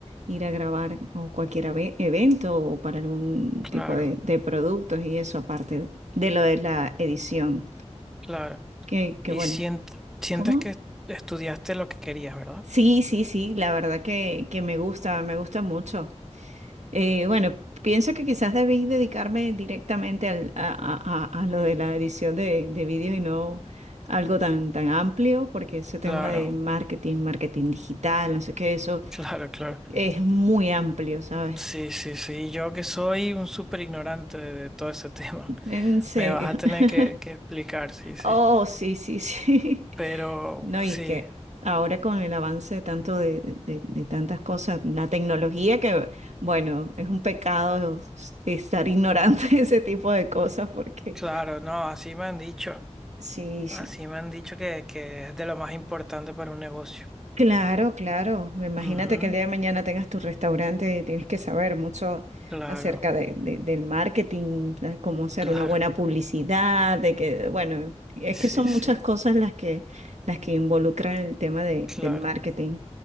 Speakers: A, on the right (about 80°); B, in the centre.
A: ir a grabar o cualquier ave- evento o para algún
B: claro,
A: tipo de, de productos y eso aparte de lo de la edición.
B: claro.
A: Que, que
B: Y
A: bueno.
B: sien- sientes
A: ¿Cómo?
B: que estudiaste lo que querías, ¿verdad?
A: Sí, sí, sí, la verdad que, que me gusta, me gusta mucho. Eh, bueno, pienso que quizás debí dedicarme directamente al- a, a- a- a lo de la edición de, de vídeos y no algo tan, tan amplio, porque ese tema
B: Claro,
A: de marketing, marketing digital, no sé qué, eso
B: <laughs> claro, claro.
A: Es muy amplio, ¿sabes?
B: Sí, sí, sí. Yo que soy un súper ignorante de de todo ese <laughs> tema.
A: En serio.
B: Me vas a
A: <laughs>
B: tener que, que explicar, sí, sí.
A: Oh, sí, sí, sí. <laughs>
B: Pero
A: No, y
B: sí,
A: es que ahora con el avance de tanto de, de- de tantas cosas, la tecnología que, bueno, es un pecado estar ignorante <laughs> de ese tipo de cosas porque
B: claro, no, así me han dicho.
A: sí, sí.
B: Así me han dicho que, que es de lo más importante para un negocio.
A: Claro, claro. Imagínate
B: Ujú,
A: que el día de mañana tengas tu restaurante y tienes que saber mucho
B: Claro,
A: acerca de- de- del marketing, de cómo hacer
B: claro.
A: una buena publicidad, de que, bueno, es
B: Sí,
A: que son muchas
B: sí,
A: cosas las que, las que involucran el tema de-
B: claro.
A: del marketing.